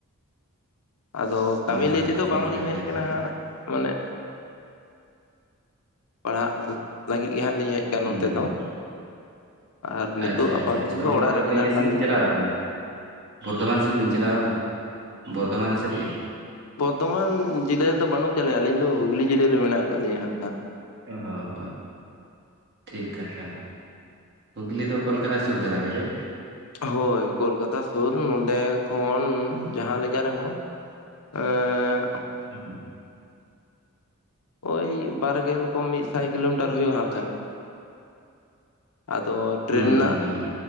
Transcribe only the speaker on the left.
ᱟᱫᱚ ᱠᱟᱢᱤ
ᱞᱟᱹᱭ
ᱛᱮᱫᱚ
ᱵᱟᱝᱞᱤᱧ
ᱦᱮᱡ ᱠᱟᱱᱟ
ᱦᱟᱸᱜ ᱢᱟᱱᱮ ᱯᱟᱲᱦᱟᱜ ᱞᱟᱹᱜᱤᱫ ᱜᱮ ᱦᱟᱸᱜ ᱞᱤᱧ ᱦᱮᱡ ᱠᱟᱱᱟ
ᱱᱚᱱᱛᱮ ᱫᱚ᱾ ᱟᱨ ᱱᱤᱛᱚᱜ
ᱟᱯᱟᱛᱚᱛᱚ
ᱫᱚ
ᱚᱲᱟᱜ ᱨᱮ
ᱢᱮᱱᱟᱜ
ᱠᱟᱜ
ᱞᱤᱧᱟ᱾
ᱫᱷᱚᱢᱟᱱ ᱡᱤᱞᱟᱹ ᱨᱮᱫᱚ ᱵᱟᱹᱱᱩᱜ ᱠᱟᱜ ᱞᱮᱭᱟ ᱟᱹᱞᱤᱧ ᱫᱚ ᱦᱩᱜᱽᱞᱤ ᱡᱤᱞᱟᱹ ᱨᱮ ᱢᱮᱱᱟᱜ ᱠᱟᱜ ᱞᱤᱧᱟᱹ ᱦᱟᱸᱜ ᱠᱷᱟᱱ᱾
ᱦᱳᱭ ᱠᱳᱞᱠᱟᱛᱟ ᱥᱩᱨ ᱱᱚᱸᱰᱮ ᱠᱷᱚᱱ ᱡᱟᱦᱟᱸ ᱞᱮᱠᱟ ᱨᱮᱦᱚᱸ <unintelligible>
ᱳᱭ ᱵᱟᱨᱜᱮᱞ ᱠᱚᱢ ᱢᱤᱫ ᱥᱟᱭ ᱠᱤᱞᱳᱢᱤᱴᱟᱨ ᱦᱳᱭᱩᱜᱼᱟ ᱦᱟᱸᱜ ᱠᱷᱟᱡᱽ ᱟᱫᱚ ᱴᱨᱮᱱ
ᱱᱟᱜ